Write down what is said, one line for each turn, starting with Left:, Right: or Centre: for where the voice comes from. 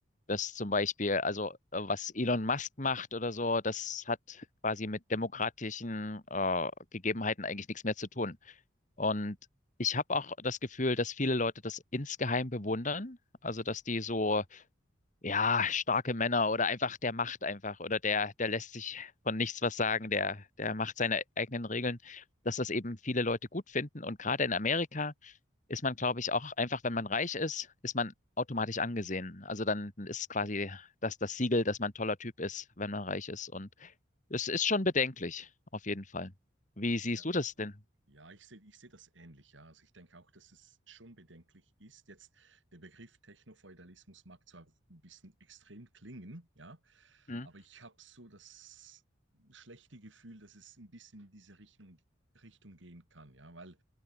Left: Dass zum Beispiel, also äh, was Elon Musk macht oder so, das hat quasi mit demokratischen äh, Gegebenheiten eigentlich nichts mehr zu tun. Und ich habe auch das Gefühl, dass viele Leute das insgeheim bewundern, also dass die so ja, starke Männer oder einfach, der macht einfach oder der, der lässt sich von nichts was sagen, der, der macht seine eigenen Regeln, dass das eben viele Leute gut finden. Und gerade in Amerika ist man, glaube ich, auch einfach, wenn man reich ist, ist man automatisch angesehen. Also dann ist quasi das, das Siegel, dass man ein toller Typ ist, wenn man reich ist. Und es ist schon bedenklich, auf jeden Fall. Wie
Right: Ja,
Left: siehst du das denn?
Right: Ja, ich sehe ich sehe das ähnlich, ja. Also ich denke auch, dass es schon bedenklich ist. Jetzt der Begriff Technofeudalismus mag zwar ein bisschen extrem klingen, ja,
Left: Hm?
Right: aber ich habe so das schlechte Gefühl, dass es ein bisschen in diese Richtung, Richtung gehen kann, ja, weil